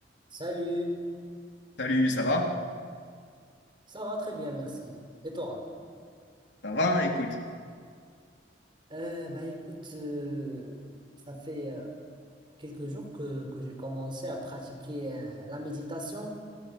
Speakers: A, on the right; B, on the left.
A: Salut,
B: Salut, ça va?
A: ça va très bien, merci. Et toi?
B: Ça va, écoute.
A: Euh, bah écoute, euh, ça fait euh, quelques jours que, que j'ai commencé à pratiquer euh, la méditation